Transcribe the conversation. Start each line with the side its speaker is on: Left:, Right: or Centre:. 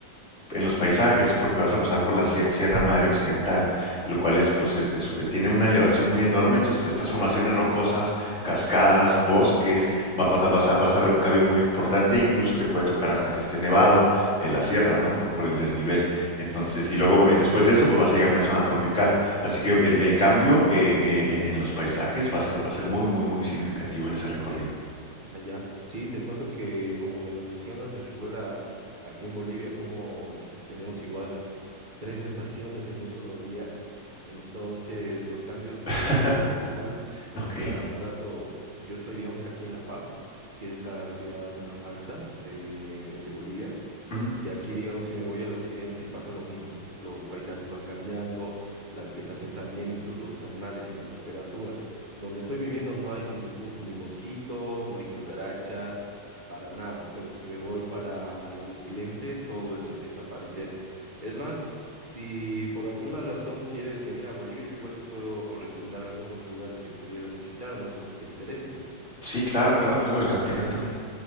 Left: en los paisajes porque vas a pasar por la sie- Sierra Madre Occidental, lo cual es, pues, es- es- tiene una elevación muy enorme, entonces estas formaciones rocosas, cascadas, bosques, va- o sea, vas a, vas a ver un cambio muy importante, incluso te puede tocar hasta que esté nevado en la sierra, ¿no? Por, por el desnivel. Entonces, y luego, y después de eso, pues vas a llegar a una zona tropical. Así que el, el cambio eh, eh, en, en los paisajes va a ser, va a ser muy, muy, muy significativo en ese recorrido.
Right: ah, ya. Sí, te cuento que como me lo mencionas, me recuerda aquí en Bolivia cómo tenemos igual tres estaciones en un solo día. Entonces, los cambios de
Left: <laughs>
Right: altura, o
Left: Ok.
Right: sea, un rato, yo estoy, digamos, aquí en La Paz, que es la ciudad más alta de de Bolivia.
Left: Ujú.
Right: De aquí, digamos, si me voy al occidente, pasa lo mismo. Los paisajes van cambiando, la vegetación también, incluso los animales y la temperatura. Donde estoy viviendo no hay ningún, ni mosquitos, no hay cucarachas, para nada. Pero si me voy para el occidente, todo eso empieza a aparecer. Es más, si por alguna razón quieres venir a Bolivia, yo igual te puedo recomendar algunos lugares que pudieras visitar, no sé si te interesen.
Left: Sí, claro, claro, claro, adelante, cuéntame.